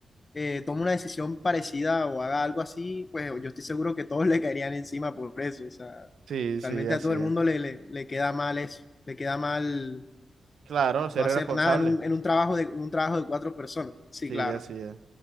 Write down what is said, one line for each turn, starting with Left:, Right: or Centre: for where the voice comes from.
Left: eh, tome una decisión parecida o haga algo así, pues yo estoy seguro que todos <laughs> le caerían encima por eso, o sea,
Right: sí, sí,
Left: realmente
Right: así
Left: a todo el
Right: es.
Left: mundo le, le, le queda mal eso, le queda mal
Right: Claro, ser
Left: no hacer
Right: responsable,
Left: nada en un, en un trabajo de, en un trabajo de cuatro personas, sí,
Right: sí,
Left: claro,
Right: así es.